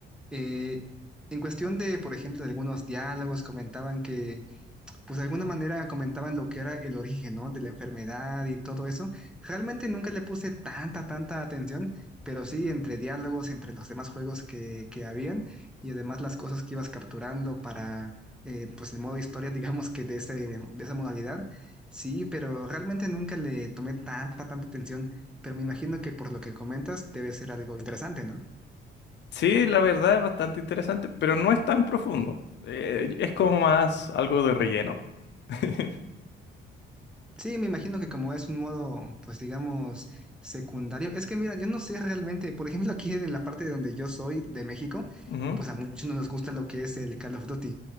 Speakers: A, in the centre; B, on the left.
A: eh, en cuestión de, por ejemplo, de algunos diálogos comentaban que pues de alguna manera comentaban lo que era el origen, ¿no? De la enfermedad y todo eso. Realmente nunca le puse tanta, tanta atención, pero sí entre diálogos, entre los demás juegos que, que habían y además las cosas que ibas capturando para, eh, pues el modo historia, <laughs> digamos que de ese, de esa modalidad. Sí, pero realmente nunca le tomé tanta, tanta atención, pero me imagino que por lo que comentas debe ser algo interesante, ¿no?
B: Sí, la verdad es bastante interesante, pero no es tan profundo. Eh, es como más algo de relleno. <laughs>
A: Sí, me imagino que como es un modo, pues digamos, secundario. Es que mira, yo no sé realmente, por ejemplo, aquí en la parte de donde yo soy, de México,
B: Ujú.
A: pues a muchos no nos gusta lo que es el Call of Duty,